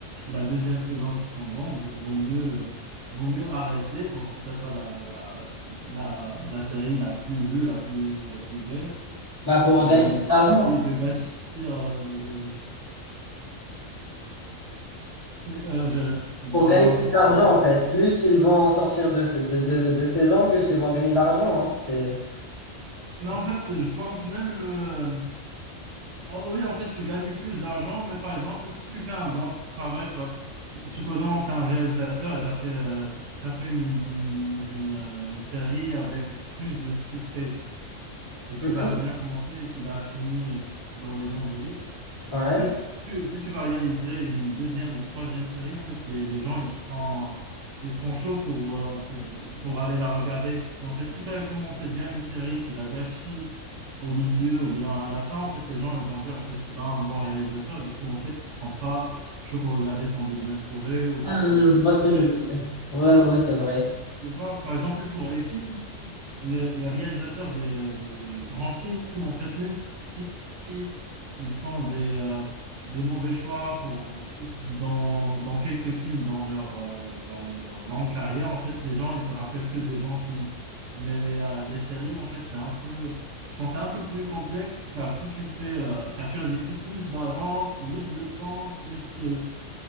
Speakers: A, on the right (about 70°); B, on the left (about 20°).
A: et la deuxième saison qui sont bons, vaut, vaut mieux, euh, vaut mieux arrêter pour que ça soit la, la, la, la série la plus vue, la plus, la plus belle,
B: Bah, pour
A: et
B: gagner
A: ne
B: plus
A: pas
B: d'argent.
A: essayer de gâcher euh, Oui, euh, je- Voilà,
B: Pour gagner plus
A: en fait.
B: d'argent,
A: c'est-
B: en fait. Plus ils vont sortir de, de, de, de saison, plus ils vont gagner d'argent. hein. C'est,
A: Mais
B: c'est-
A: en fait, c'est- je pense même le... euh, Ah oui, en fait, tu gagnes plus d'argent, mais par exemple, si tu fais un bon travail, par- su- supposons que tu es un réalisateur et tu as fait, euh, t'as fait une, une, euh, une série avec plus de succès et tu
B: Mhm.
A: l'as bien commencé et tu l'as fini euh, dans les bons délais,
B: Ouais.
A: En fait, si tu, si tu vas réaliser une deuxième ou troisième série, en fait, les, les gens, ils seront, ils seront chauds pour, euh, pour, pour aller la regarder. Mais en fait, si tu as commencé bien une série, tu la gâchis au milieu ou bien à la fin, en fait, les gens, ils vont dire, en fait, c'est pas un bon réalisateur. Du coup, en fait, ils seront pas chauds pour regarder ton deuxième projet ou ton
B: Euh,
A: troisième
B: je vois ce que
A: projet.
B: je veux dire. Ouais, ouais, c'est vrai.
A: Tu vois, par exemple, pour les films, les, les réalisateurs des, des grands films, en fait, même si ils font des, euh, des mauvais choix pour, dans, dans quelques films dans leur, euh, dans leur longue carrière, en fait, les gens, ils se rappellent que des bons films. Mais les, euh, les séries, en fait, c'est un peu, je pense, que c'est un peu plus complexe, car si tu fais, euh, car tu investis plus d'argent, plus de temps, plus euh,